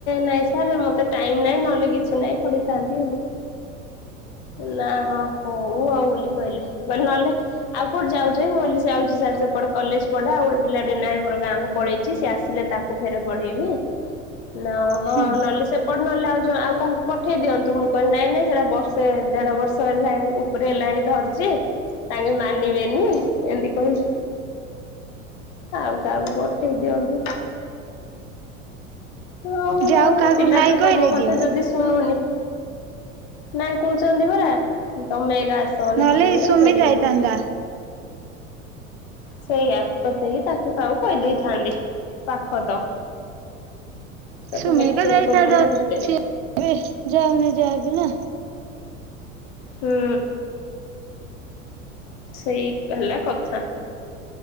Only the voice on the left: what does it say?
ନାଇଁ ସାର୍ ମତେ ଟାଇମ ନାଇଁ ନହେଲେ କିଛି ନାଇଁ ପଢିଥାନ୍ତି ବୋଲି ନାହଁ ହଉ ଆଉ ବୋଲି କହିଲେ କହିଲେ ନହେଲେ ଆଉ କୋଉଠି ଯାଉଛ ମୁଁ ସେ ଆଛି ସାର୍ ସେପଟେ କଲେଜ ପଢା ଆଉ ଗୋଟେ ପିଲା ଟେ ନାହିଁ ମୋର ଗାଁକୁ ପଳେଇଛି ସ ଆସିଲେ ତାକୁ ଫେର ପଢେଇବି। ନା ହଁ
ଆଉ ନହେଲେ ସେ ପ ନେଲେ ଆଉ ଆଉ କାହାକୁ ପଠେଇ ଦିଅନ୍ତୁ ମୁଁ କହିଲି ନାଇଁ ନାଇଁ ସେଇଟା ବର୍ଷ ଦେଢ ବର୍ଷ ହେଲାଣି ଉପଟେ ହେଲାଣି ଧରିଚ ତାଙ୍କେ ମାନିବେନି ଏମିତି କହିଲି ଆଉ କାହାକୁ ପଠେଉ ଦିଅନ୍ତୁ। ହଁ
ତମ
ତ
ପିଲା
ତ
ତମ କଥା
ଯଦି ଶୁଣୁନି ନାଇଁ କହୁଛନ୍ତି ପରା ତମେ ଏକା ଆସବୋଲେ
ମୁଁ
ଯାଇପାରିବିନି।
ସେଇୟା ତ ସେହି ତାକୁ କାହାକୁ କହିଦେଇଥାନ୍ତି ପାଖ ତ ତାକୁ
ଲେକ୍ଚର
କଲନି ଭିତରେ
ହୁଁ ସେଇ ହେଲା କଥା।